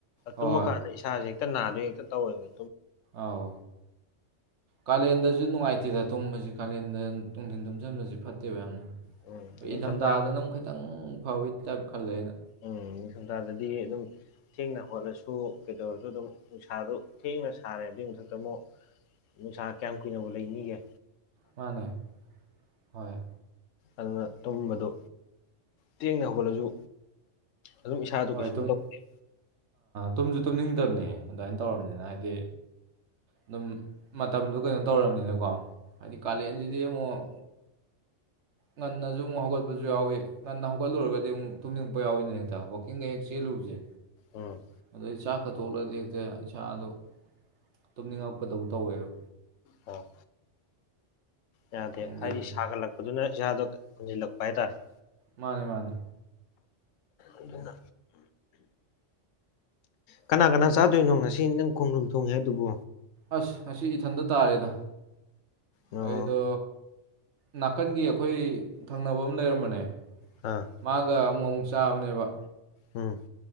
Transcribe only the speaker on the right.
ꯍꯣꯏ
ꯍꯣꯏ
ꯑꯥꯎ ꯀꯥꯂꯦꯟꯗꯁꯨ ꯅꯨꯡꯉꯥꯏ ꯑꯇꯤꯗ ꯇꯨꯝꯕꯁꯤ ꯀꯥꯂꯦꯟꯗ ꯇꯣꯡꯊꯤꯟ ꯇꯨꯝꯁꯤꯟꯕꯁꯤ ꯐꯠꯇꯦꯕ ꯌꯥꯝꯅ
ꯏꯪꯊꯝꯊꯥꯗꯅ ꯑꯃꯨꯛ ꯈꯤꯇꯪ ꯐꯕꯒꯤ ꯇꯥꯏꯞ ꯈꯜꯂꯦ ꯑꯩꯅ
ꯃꯥꯅꯦ ꯍꯣꯏ
ꯍꯣꯏ
ꯇꯨꯝ
ꯇꯨꯝꯁꯨ ꯇꯨꯝꯅꯤꯡꯗꯕꯅꯦ ꯑꯗꯨꯃꯥꯏꯅ ꯇꯧꯔꯕꯔꯕꯅꯤꯅ ꯍꯥꯏꯗꯤ ꯑꯗꯨꯝ ꯃꯇꯝꯗꯨ ꯀꯩꯅꯣ ꯇꯧꯔꯕꯅꯤꯅꯀꯣ ꯍꯥꯏꯗꯤ ꯀꯥꯂꯦꯟꯁꯤꯗꯤ ꯑꯃꯨꯛ ꯉꯟꯅꯁꯨ ꯑꯃꯨꯛ ꯍꯧꯒꯠꯄꯁꯨ ꯌꯥꯎꯏꯤ ꯉꯟꯅ ꯍꯧꯒꯠꯂꯨꯔꯒꯗꯤ ꯑꯃꯨꯛ ꯊꯨꯝꯅꯤꯡꯉꯛꯄ ꯌꯥꯎꯏꯅꯦ ꯍꯦꯛꯇ ꯋꯥꯈꯜ ꯀꯤꯡ ꯍꯦꯛ ꯆꯦꯜꯂꯨꯕꯁꯦ
ꯑꯗꯨꯗꯩ ꯑꯩ ꯆꯥꯛ ꯈꯠꯇꯣꯛꯂꯗꯤ ꯍꯦꯛꯇ ꯏꯁꯥꯗꯣ ꯇꯨꯝꯅꯤꯡꯉꯛꯄꯗꯧꯝ ꯇꯧꯋꯦꯕ
ꯈꯪꯗꯦ
ꯑꯗꯨꯅꯤ
ꯃꯥꯅꯦ ꯃꯥꯅꯦ
ꯑꯁ ꯑꯁꯤ ꯏꯊꯟꯗ ꯇꯥꯔꯦꯗ
ꯑꯩꯗꯣ ꯅꯥꯀꯟꯒꯤ ꯑꯩꯈꯣꯏ ꯊꯪꯅꯕ ꯑꯃ ꯂꯩꯔꯝꯕꯅꯦ
ꯃꯥꯒ ꯑꯃꯨꯛ ꯆꯥꯕꯅꯦꯕ